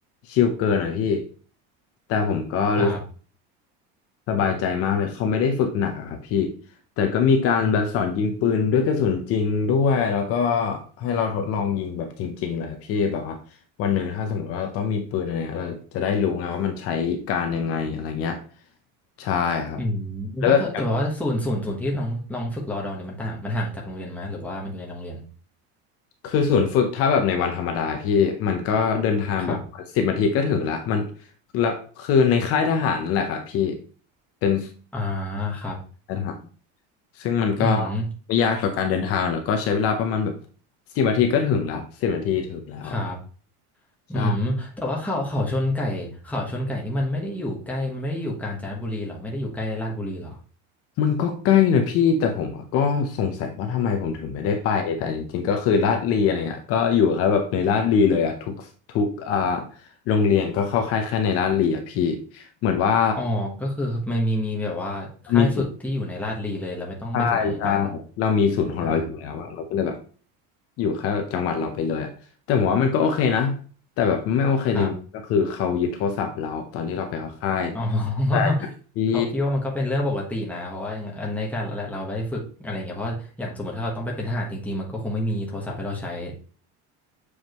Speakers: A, on the left; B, in the centre.
A: ชิลเกินอ่ะพี่แต่ผมก็รู้
B: ครับ
A: สบายใจมากเลยเขาไม่ได้ฝึกหนาครับพี่แต่ก็มีการแบบสอนยิงปืนด้วยกระสุนจริงด้วยแล้วก็ให้เราทดลองยิงแบบจริงๆเลยพี่แบบว่าวันหนึ่งถ้าสมมติว่าเราต้องมีปืนอะไรเงี้ยเราจะได้รู้ไงว่ามันใช้การยังไงอะไรเงี้ยใช่ครับ
B: อืม
A: แล้วแบบ
B: ก็คือแต่ว่าศูนย์ศูนย์ศูนย์ที่น้องน้องฝึกรอดอเนี่ยมันต่างมันห่างจากโรงเรียนไหมหรือว่ามันอยู่ในโรงเรียน
A: คือส่วนย์ฝึกถ้าแบบในวันธรรมดาพี่มันก็เดินทางแบบสิบนาทีก็ถึงละมัน
B: ครับ
A: แล้วคือในค่ายทหารนั่นแหละครับพี่เป็น
B: อ่าครับ
A: ค่ายทหาร ซึ่งมันก็
B: อืม
A: ไม่ยากต่อการเดินทางแล้วก็ใช้เวลาประมาณแบบสิบนาทีก็ถึงละสิบนาทีถึงแล้วอะ
B: ครับอืมแต่ว่าเขาเขาชนไก่เขาชนไก่นี่มันไม่ได้อยู่ใกล้มันไม่ได้อยู่กาญจนบุรีเหรอไม่ได้อยู่ใกล้ลาดบุรีเหรอ
A: ใช่มันก็ใกล้นะพี่แต่ผมอะก็สงสัยว่าทำไมผมถึงไม่ได้ไปแต่จริงๆก็คือลาดลีอะไรเงี้ยก็อยู่แค่แบบในลาดลีเลยอ่ะทุกทุกอ่าโรงเรียนก็เข้าค่ายแค่ในลาดลีอ่ะพี่เหมือนว่า
B: อ๋อก็คือมันมีมีแบบว่าค่ายฝึกที่อยู่ในลาดบุรีเลยเราไม่ต้องไปถึงกัน
A: มี ใช่ใช่เรามีศูนย์ของเราอยู่แล้วอะเราก็เลยแบบ
B: อ่า
A: อยู่แค่จังหวัดเราไปเลยอะแต่ผมว่ามันก็โอเคนะแต่แบบไม่โอเคจริงก็คือเขายึดโทรศัพท์เราตอนที่เราไปเข้าค่าย
B: ครับ อ๋อ
A: แต่
B: <laughs>
A: ที่
B: เขาพี่ว่ามันก็เป็นเรื่องปกตินะเพราะว่าอันในการเราเราได้ฝึกอะไรอย่างเงี้ยเพราะอย่างสมมติถ้าเราต้องไปเป็นทหารจริงๆมันก็คงไม่มีโทรศัพท์ให้เราใช้